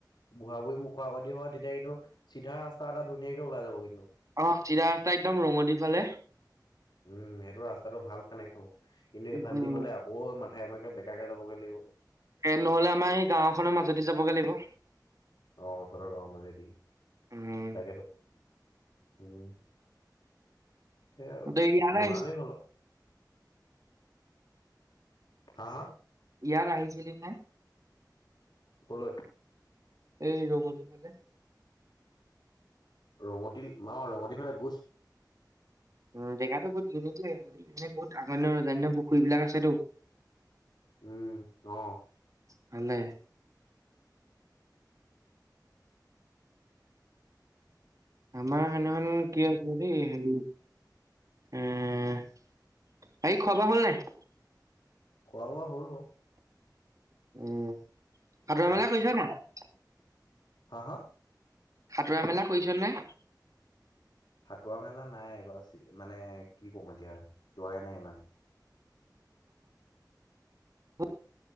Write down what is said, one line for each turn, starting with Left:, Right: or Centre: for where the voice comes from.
Left: বুঢ়া বুহী ম খাকদি হয় তেতিয়া কিন্তু চিধা ৰাস্তা এটা ধুনীয়াকে ওলাই যাব কিন্তু
Right: অ' চিধা ৰাস্তা একদম ৰঙতি ফালে
Left: উম সেইটো ৰাস্তাটো ভাল কানেক্ট হব কিন্তু এইফালে
Right: উম
Left: দি হলে আকৌ মাথাই এমেকে বেকাকে যাবগৈ লাগিব।
Right: নহলে আমাৰ সেই গাওখনৰ মাজতে যাবগে লাগিব
Left: অ' তাৰ গাঁৱৰ মাজেদি
Right: উম
Left: তাকেতো উম। সেই আৰু,
Right: তই ইয়ালে
Left: বনালেই
Right: আহিছ
Left: হ'ল আৰু। হা, হা?
Right: ইয়াত আহিছিলিনে?
Left: ক'লৈ?
Right: এই ৰঙতি ফালে।
Left: ৰঙতি, মা ৰঙতিৰ ফালে গৈছ
Right: উম, জেগাতটো বহুত ইউনিক <unintelligible> বহুত আগৰ দিনৰ, ৰজাৰ দিনৰ পুখুৰীবিলাক আছেতো।
Left: উম, অ'।
Right: ভালেই। আমাৰ সেদিনাখন কি আছে দেই হেৰি উম হেৰি খোৱা-বোৱা হ'ল নে নাই?
Left: খোৱা-বোৱা হ'ল বাৰু।
Right: উম। সাতোঁৰা-মেলা
Left: ভাত
Right: কৰিছ নে নাই?
Left: হা, হা?
Right: সাঁতোৰা-মেলা কৰিছ নে নাই?
Left: সাতুঁৰা-মেলা নাই এইবাৰ, মানে কি ক'ম এতিয়া যোৱাই নাই ইমান।
Right: উম